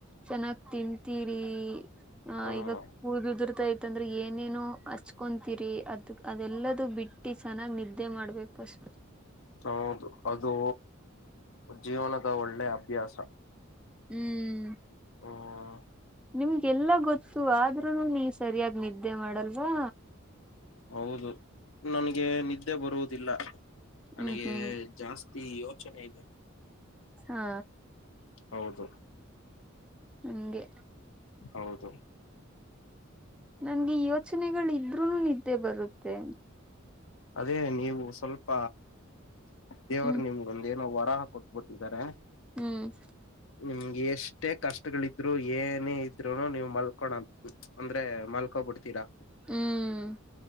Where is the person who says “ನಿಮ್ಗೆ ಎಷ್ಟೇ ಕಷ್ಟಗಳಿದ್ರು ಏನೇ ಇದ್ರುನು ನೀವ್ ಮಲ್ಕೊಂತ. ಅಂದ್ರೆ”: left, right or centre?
Left